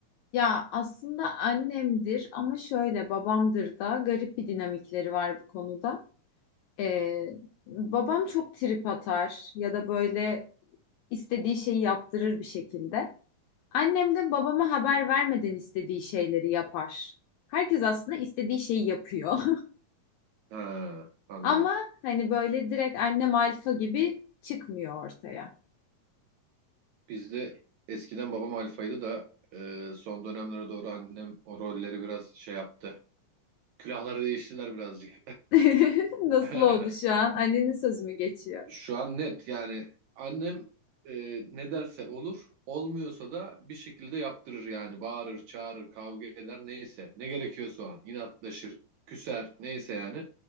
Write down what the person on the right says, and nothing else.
Ha,
anladım.
Bizde eskiden babam alfaydı da e, son dönemlere doğru annem o rolleri biraz şey yaptı. Külahları değiştiler birazcık.
<laughs>
Şu an net yani annem e, ne derse olur, olmuyorsa da bir şekilde yaptırır yani bağırır, çağırır, kavga eder neyse ne gerekiyorsa o an inatlaşır, küser neyse yani